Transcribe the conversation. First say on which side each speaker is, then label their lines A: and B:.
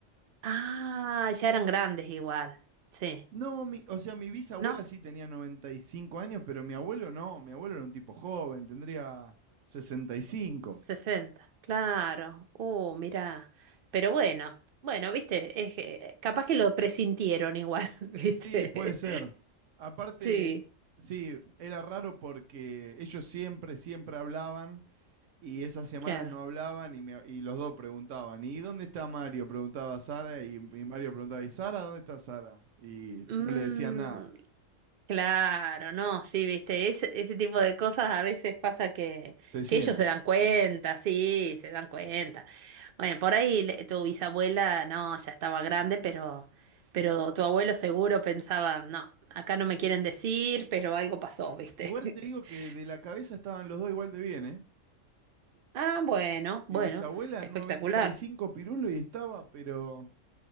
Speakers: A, on the right; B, on the right.
A: Ah, ya eran grandes igual. Sí.
B: No, mi, o sea, mi bisabuela
A: ¿No?
B: sí tenía 95 años, pero mi abuelo no. Mi abuelo era un tipo joven, tendría 65.
A: sesenta claro. Uh, mirá. Pero bueno, bueno, viste, es que capaz que lo presintieron igual, <laughs> viste.
B: Sí, puede ser. Aparte,
A: Sí,
B: sí, era raro porque ellos siempre, siempre hablaban y esas semanas
A: claro.
B: no hablaban y, me- y los dos preguntaban, ¿y dónde está Mario? Preguntaba Sara y, y Mario preguntaba, ¿y Sara dónde está Sara? Y
A: Mm,
B: no le decían nada.
A: claro, no, sí, viste, ese, ese tipo de cosas a veces pasa que,
B: Se siente.
A: que ellos se dan cuenta, sí, se dan cuenta. Bueno, por ahí le- tu bisabuela, no, ya estaba grande, pero, pero tu abuelo seguro pensaba, no, acá no me quieren decir, pero algo pasó, viste.
B: Igual te digo que
A: <laughs>
B: de la cabeza estaban los dos igual de bien, ¿eh?
A: Ah, bueno,
B: Mi
A: bueno,
B: bisabuela
A: espectacular.
B: 95 pirulo y estaba, pero